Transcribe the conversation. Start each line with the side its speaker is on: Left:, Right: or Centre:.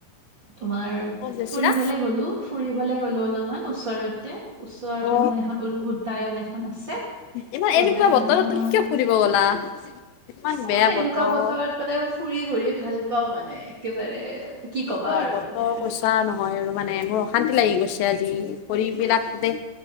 Right: তোমাৰ
Left: ক'ত গৈছিলা
Right: ফুৰিবলৈ গ'লোঁ, ফুৰিবলৈ গলোঁ। অলপমান ওচৰতে। ওচৰতে
Left: অ
Right: মানে এখন উ উদ্যায়ন এখন আছে।
Left: ইমান এনেকুৱা
Right: উদ্যায়ন
Left: বতৰত
Right: এখনত
Left: তুমি কিয় ফুৰিব গ'লা? ইমান
Right: অ'
Left: বেয়া
Right: মানে এনেকুৱা
Left: বতৰ
Right: বতৰত মানে ফুৰি ঘূৰি ভাল পাও মানে একেবাৰে। কি
Left: এনেকুৱা
Right: কবা আৰু
Left: বতৰ
Right: মানে।
Left: কৈছা নহয় আৰু মানে মোৰ অশান্তি লাগি গৈছে আজি। ভৰি বিলাক খুবেই